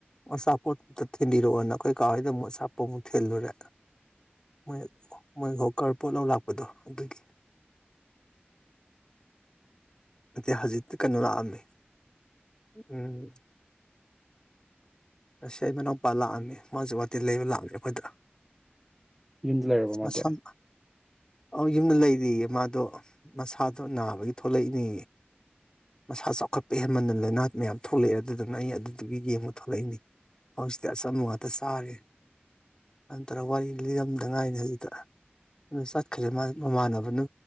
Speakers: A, on the left (about 20°); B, in the centre.
A: ꯑꯆꯥꯄꯣꯠꯇ ꯊꯤꯟꯕꯤꯔꯛꯑꯣꯅ ꯑꯩꯈꯣꯏ ꯀꯥꯎ ꯍꯩꯗ ꯑꯃꯨꯛ ꯑꯆꯥꯄꯣꯠꯃꯨꯛ ꯊꯦꯜꯂꯨꯔꯦ ꯃꯣꯏ ꯃꯣꯏ ꯍꯣꯀꯔ ꯄꯣꯠ ꯂꯧ ꯂꯥꯛꯄꯗꯣ ꯑꯗꯨꯒꯤ꯫ ꯑ ꯍꯧꯖꯤꯛꯇꯤ ꯀꯩꯅꯣ ꯂꯥꯛꯑꯝꯃꯦ ꯎꯝ꯫ ꯑꯁꯤ ꯑꯩ ꯃꯅꯥꯎꯄꯥ ꯂꯥꯛꯑꯝꯃꯤ ꯃꯥꯁꯨ ꯋꯥꯇꯤ ꯂꯩꯕ ꯂꯥꯛꯑꯝꯃꯤ ꯑꯩꯈꯣꯏꯗ꯫
B: ꯌꯨꯝꯗ ꯂꯩꯔꯕ ꯃꯥꯗꯤ꯫
A: ꯃꯁꯝ ꯑꯧ ꯌꯨꯝꯗ ꯂꯩꯔꯤꯌꯦ ꯃꯥꯗꯣ ꯃꯁꯥꯗꯣ ꯅꯥꯕꯒꯤ ꯊꯣꯛꯂꯛꯏꯅꯤ ꯃꯁꯥ ꯆꯥꯎꯈꯠꯄ ꯍꯦꯟꯃꯟꯅ ꯂꯥꯏꯅꯥꯠ ꯃꯌꯥꯝ ꯊꯣꯛꯂꯛꯑꯦ ꯑꯗꯨꯗꯨꯅ ꯑꯩ ꯑꯗꯨꯗꯨꯒꯤ ꯌꯦꯡꯕ ꯊꯣꯛꯂꯛꯏꯅꯤ꯫ ꯍꯧꯖꯤꯛꯇꯤ ꯑꯆꯝꯕ ꯉꯥꯛꯇ ꯆꯥꯔꯤꯦ ꯅꯠꯇꯔꯒ ꯋꯥꯔꯤ ꯂꯤꯔꯝꯗ ꯉꯥꯏꯅꯤ ꯍꯧꯖꯤꯛꯇ ꯑꯗꯨ ꯆꯠꯈ꯭ꯔꯦ ꯃꯥ ꯃꯃꯥꯟꯅꯕꯅ